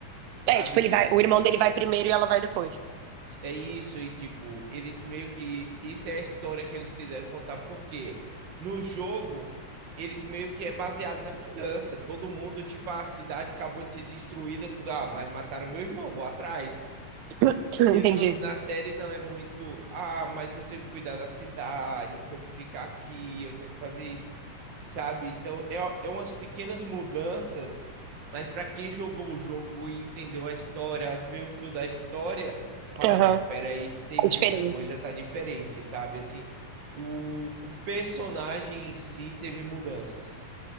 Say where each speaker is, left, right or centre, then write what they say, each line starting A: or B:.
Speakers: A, on the right; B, on the right.
A: sabe?
B: É, tipo, ele
A: Tem
B: vai, o irmão dele vai primeiro e ela vai depois.
A: é isso e tipo, eles meio que isso é a história que eles quiseram contar porque no jogo eles meio que é baseado na vingança. Todo mundo, tipo, "Ah, a cidade acabou de ser destruída, tudo, ah, mas mataram meu irmão, vou atrás.
B: <coughs> <clears throat>
A: E
B: Entendi.
A: no- na série não é muito, ah, mas eu tenho que cuidar da cidade, eu tenho que ficar aqui, eu tenho que fazer isso, sabe? Então é, é umas pequenas mudanças, mas para quem jogou o jogo e entendeu a história, viu toda a história, fala,
B: Aham.
A: não, peraí que tem muita
B: A diferença.
A: coisa, tá diferente, sabe? Assim, o, o personagem em si teve mudanças.